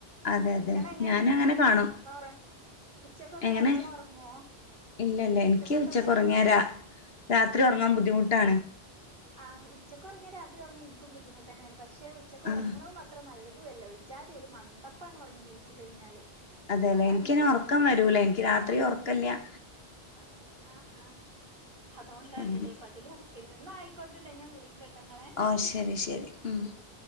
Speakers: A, on the left; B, on the right.
A: അതെ
B: നിങ്ങളെങ്ങനെയെക്കെ
A: അതെ ഞാനും അങ്ങനെ കാണും
B: പോവാറ ഉച്ചക്കൊക്കെ
A: എങ്ങനെ
B: നല്ലോണം ഒറങ്ങുവോ
A: ഇല്ല ഇല്ല എനിക്ക്
B: ഉച്ചക്കൊക്കെ
A: ഉച്ചക്ക്
B: നല്ല
A: ഉറങ്ങിയാ രാ രാത്രി ഒറങ്ങാൻ ബുദ്ധിമുട്ടാണ്
B: ആഹ് ഉച്ചക്കൊറങ്ങിയ രാത്രി ഒറങ്ങാ എനിക്കും ബുദ്ധിമുട്ടന്നെയാണ് പക്ഷെ ഉച്ചക്ക് ഒറങ്ങണോന്ന
A: ആഹ്
B: ത്ര നല്ലതും അല്ല ഒരുജാതി ഒരു മന്ദപ്പാണ് ഒറങ്ങി ണീച്ചു കഴിഞ്ഞാല്
A: അതേല്ലെ
B: അതാ
A: എനിക്കിനെ
B: ഇണ്ടാവുക
A: ഒറക്കം വരൂല എനിക്ക് രാത്രി ഒറക്കല്യ
B: ആഹ് ആഹ് അതുകൊണ്ടാണ്ല്ലേ
A: അങ്ങനെയൊക്കെ
B: പകല് ഒറക്കില്ല എന്നാ ആയിക്കോട്ടടേ ഞാൻ വിളിക് കേട്ടോ ങ്ങളെ
A: ഓ ശരി ശരി ഉം
B: ശരി